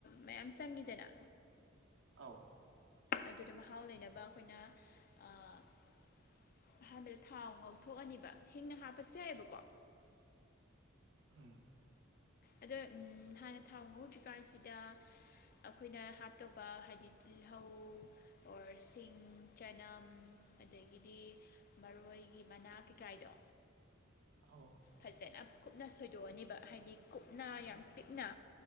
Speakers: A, on the left (about 45°); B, on the right (about 70°).
A: ꯃꯌꯥꯝ ꯆꯪꯉꯤꯗꯅ
B: ꯑꯥꯎ
A: ꯑꯗꯨꯗ ꯃꯍꯥꯎ ꯂꯩꯅꯕ ꯑꯩꯈꯣꯏꯅ ꯑꯍꯥꯟꯕꯗ ꯊꯥꯎ ꯉꯥꯎꯊꯣꯛꯑꯅꯤꯕ ꯍꯤꯡꯅ ꯍꯥꯞꯄꯁꯨ ꯌꯥꯏꯑꯕꯀꯣ
B: ꯎꯝ
A: ꯑꯗꯣ ꯎꯝ ꯍꯥꯟꯅ ꯊꯥꯎ ꯍꯧꯧꯗ꯭ꯔꯤ ꯀꯥꯟꯁꯤꯗ ꯑꯩꯈꯣꯏꯅ ꯍꯥꯞꯇꯧꯕ ꯍꯥꯏꯗꯤ ꯇꯤꯜꯍꯧ ꯑꯣꯔ ꯁꯤꯡ ꯆꯅꯝ ꯑꯗꯒꯤꯗꯤ ꯃꯔꯣꯏꯒꯤ ꯃꯅꯥ ꯀꯩꯀꯥꯏꯗꯣ
B: ꯑꯧ
A: ꯐꯖꯅ ꯀꯨꯞꯅ ꯁꯣꯏꯗꯣꯛꯑꯅꯤꯕ ꯍꯥꯏꯗꯤ ꯀꯨꯞꯅ ꯌꯥꯝ ꯄꯤꯛꯅ